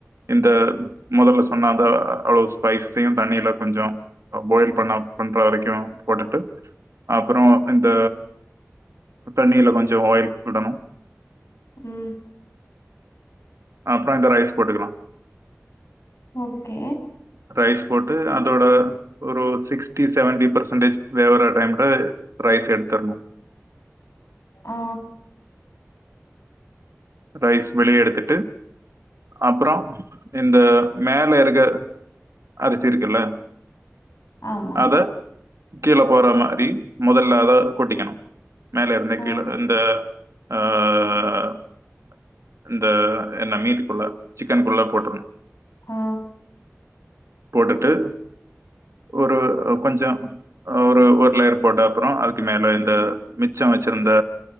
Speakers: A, on the right (about 70°); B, on the left (about 65°).
A: இந்த மொதல்ல சொன்ன அத அவ்ளவு ஸ்பைஸ்யு தண்ணியில கொஞ்சம் பாயில் பண்ண பண்ற வரைக்கு போட்டுட்டு அப்புறோ இந்த தண்ணில கொஞ்சோ ஆயில் விடணு
B: ம்
A: அப்புறோ இந்த ரைஸ் போட்டுக்கலா
B: ஓகே
A: ரைஸ் போட்டு அதோட ஒரு சிக்ஸ்டி செவன்டி பெர்சன்டேஜ் வேவுற டைம்ல ரைஸ் எடுத்தரணு
B: ஆ
A: ரைஸ் வெளிய எடுத்துட்டு அப்புறோ இந்த மேல இறுக அரிசி இருக்குல்ல
B: ஆமா
A: அத கீழ போற மாதிரி மொதல்ல அத கொட்டிக்கணு மேல இருந்த
B: ஆ
A: கீழ இந்த ஆஆ ஆ ஆ இந்த என்ன மீட்க்குள்ள சிக்கன் குள்ள போட்ருணு
B: ஆ
A: போட்டுட்டு ஒரு கொஞ்சம் ஒரு ஒருலேயர் போட்ட அப்பறோ அதுக்கு மேல இந்த மிச்சம் வச்சிருந்த